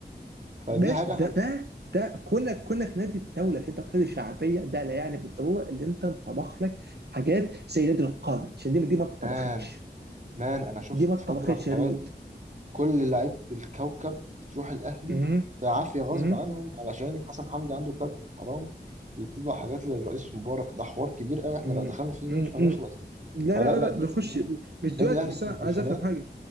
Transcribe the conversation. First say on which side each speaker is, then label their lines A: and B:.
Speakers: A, on the right; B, on the right.
A: فدي
B: ماشي
A: حاجه
B: ده
A: احنا يعني
B: ده ده كونك كونك نادي الدوله عشان تقتضي الشعبيه ده لا يعني بالضروره اللي انت تطبخ لك حاجات زي نادي القرن عشان دي دي ما اتطبختش
A: مان مان انا شفت
B: دي ما اتطبختش
A: فتره في
B: يا
A: حياتي
B: دود
A: كل لعيبة الكوكب بتروح الأهلي
B: مم.
A: بعافية غصب
B: مم.
A: عنهم علشان حسن حمدي عنده كابتن حرام اللي بتطبع حاجات للرئيس مبارك ده حوار كبير قوي احنا
B: مم.
A: لو دخلنا فيه
B: مم.
A: مش هنخلص
B: لا
A: فلا
B: لا لا
A: لا
B: لا
A: النادي
B: نخش
A: الأهلي
B: مش
A: النادي
B: دلوقتي
A: الأهلي
B: بس انا
A: من الألفينات
B: عايز افهم حاجه